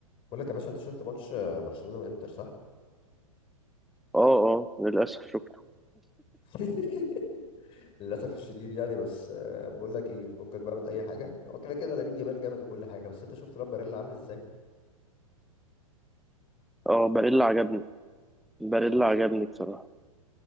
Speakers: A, on the left; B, in the centre.
A: بقول لك يا باشا انت شفت ماتش آه، برشلونة وانتر صح؟
B: اه اه للأسف شفته
A: <laughs> للاسف الشديد يعني بس آه، بقول لك ايه فكك بقى من اي حاجه هو كده كده لامين يامال جامد وكل حاجه بس انت شفت لامباريلا عامل ازاي؟
B: اه باريلا عجبني باريلا عجبني بصراحة